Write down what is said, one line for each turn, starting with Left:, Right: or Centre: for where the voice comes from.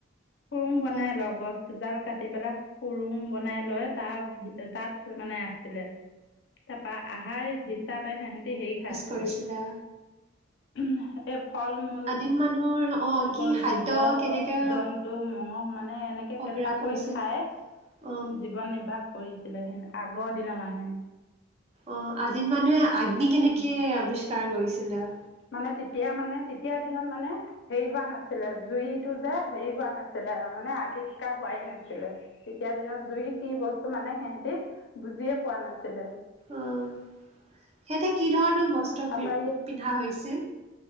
Left: সুৰুং বনাই
Right: অ',
Left: লওঁ গছজাল কাটি পেলাই সুৰুং বনাই লয়। তাৰ তাত মানে আছিলে তাৰপা আহ আহাৰ হিচাপে সিহঁতি হেৰি খায়,
Right: ফৈচলা
Left: উম', এই ফল মূল,
Right: আদিম মানুহৰ অ',
Left: আকৌ
Right: কি খাদ্য
Left: জীৱ-জন্তু
Right: কেনেকে
Left: মঙহ, মানে এনেকে
Right: সগ্ৰাহ
Left: কেঁচাকৈ
Right: কৰিছিল
Left: খাই জীৱন
Right: অ',
Left: নিৰ্বাহ কৰিছে ছিলে সে আগৰ দিনৰ মানুহ
Right: অ', আদিম মানুহে আগ্নি কেনেকে
Left: উম
Right: আৱিষ্কাৰ ষ্কাৰ কৰিছিলে।
Left: মানে তেতিয়া মানে, তেতিয়া দিনত মানে হেৰি হোৱা নাছিলে, জুইটো যে হেৰি হোৱা নাছিলে মানে আৱিষ্কাৰ হোৱাই নাছিলে। তেতিয়া দিনত জুই কি বস্তু মানে সিহতে বুজিয়েই পোৱা নাছিলে।
Right: অ', সিহঁতে কি ধৰণৰ বস্তু
Left: তাৰপা
Right: পিন্ধা হৈছিল?